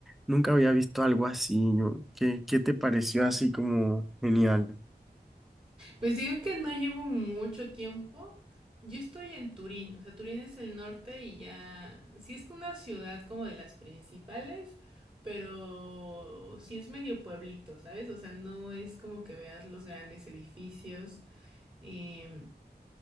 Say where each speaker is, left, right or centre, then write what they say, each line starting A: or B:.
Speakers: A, in the centre; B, on the right.
A: nunca había visto algo así. yo- ¿Qué, qué te pareció así como genial?
B: Pues digo que no llevo mucho tiempo. Yo estoy en Turín, o sea, Turín es el norte y ya, sí es una ciudad como de las principales, pero sí es medio pueblito, ¿sabes? O sea, no es como que veas los grandes edificios. eh,